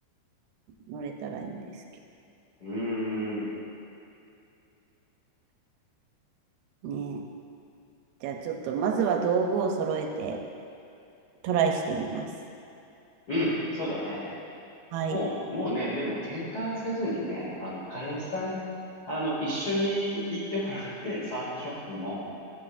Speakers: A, on the right; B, on the left.
A: 乗れたらいいんですけ
B: うーん。
A: どね。じゃあ、ちょっと、まずは道具を揃えて、トライしてみます。
B: うん。そうだね。
A: はい。
B: もう、もうね、でも喧嘩せずにね、あの、彼氏さん、あの、一緒に行ってもらって、サーフショップも、